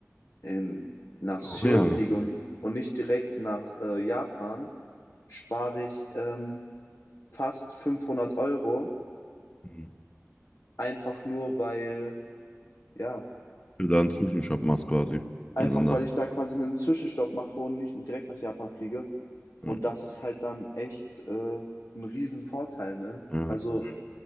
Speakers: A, on the left; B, on the left.
A: in, nach
B: Korea.
A: Seoul fliege und nicht, und nicht direkt nach äh, Japan, spare ich ähm, fast 500 Euro,
B: Mhm.
A: einfach nur weil, ja.
B: Du da einen Zwischenstopp machst quasi.
A: Einfach
B: Und dann da.
A: weil ich da quasi einen Zwischenstopp mache und nicht direkt nach Japan fliege. Und
B: Mhm.
A: das ist halt dann echt äh, ein Riesenvorteil, ne?
B: Ja.
A: Also